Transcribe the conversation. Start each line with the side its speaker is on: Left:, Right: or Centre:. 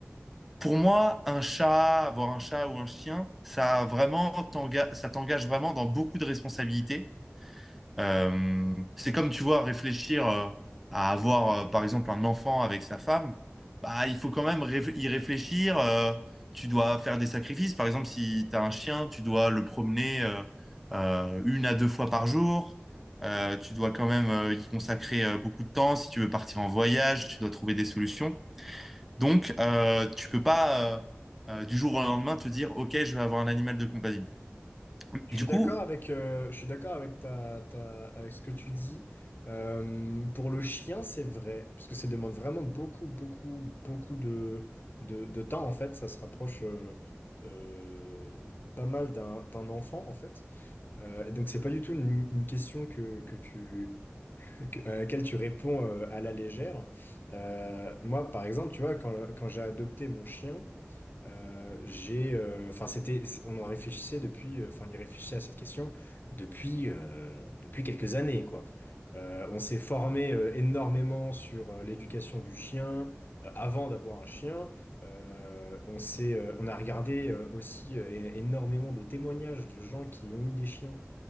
Centre: pour moi, un chat, avoir un chat ou un chien, ça a vraiment t'enga- ça t'engage vraiment dans beaucoup de responsabilités. Euh, c'est comme tu vois, réfléchir euh, à avoir euh, par exemple un enfant avec sa femme, bah il faut quand même réf- y réfléchir. euh, tu dois faire des sacrifices. Par exemple, si tu as un chien, tu dois le promener euh, euh, une à deux fois par jour. Euh, tu dois quand même euh, y consacrer euh, beaucoup de temps. Si tu veux partir en voyage, tu dois trouver des solutions. Donc, euh, tu peux pas euh, euh, du jour au lendemain te dire, OK, je vais avoir un animal de compagnie.
Left: Je
Centre: Et
Left: suis
Centre: du coup,
Left: d'accord avec, euh, je suis d'accord avec, ta, ta- avec ce que tu dis. Euh, pour le chien, c'est vrai, parce que ça demande vraiment beaucoup, beaucoup, beaucoup de, de, de temps, en fait. Ça se rapproche euh, euh, pas mal d'un, d'un enfant, en fait. Euh, et donc, c'est pas du tout une, une question que, que tu, <laughs> que- à laquelle tu réponds euh, à la légère. Euh, moi, par exemple, tu vois, quand, quand j'ai adopté mon chien, Euh, j'ai, euh, enfin, c'était, c'est- on en réfléchissait depuis, euh, enfin, on y réfléchissait à cette question depuis, euh, depuis quelques années, quoi. Euh, on s'est formé euh, énormément sur euh, l'éducation du chien euh, avant d'avoir un chien. Euh, on s'est, euh, on a regardé euh, aussi euh, é- énormément de témoignages de gens qui ont eu des chiens